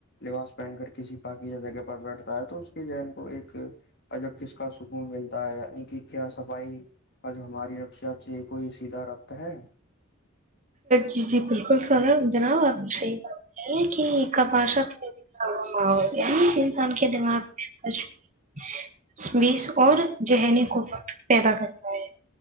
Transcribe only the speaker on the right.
جی جی بالکل سارا جناب آپ صحیح ہے یہ کہ کباشا دکھا انسان کے دماغ میں تشوص اور ذہنی کو فقت پیدا کرتا ہے